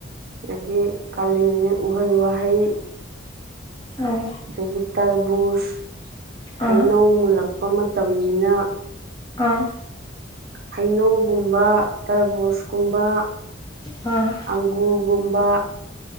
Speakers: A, on the right; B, on the left.
A: ꯑꯗꯥꯒꯤ ꯀꯥꯂꯦꯟꯅꯤ ꯎꯍꯩ ꯋꯥꯍꯩ
B: ꯑꯥꯎ
A: ꯑꯗꯥꯒꯤ ꯇꯔꯕꯨꯁ
B: ꯑꯥ
A: ꯍꯩꯅꯧ ꯃꯨꯜꯂꯛꯄ ꯃꯇꯝꯅꯤꯅ
B: ꯑꯥ
A: ꯍꯩꯅꯧꯒꯨꯝꯕ ꯇꯔꯥꯕꯨꯁꯀꯨꯝꯕ
B: ꯑꯥ
A: ꯑꯪꯒꯨꯔꯒꯨꯝꯕ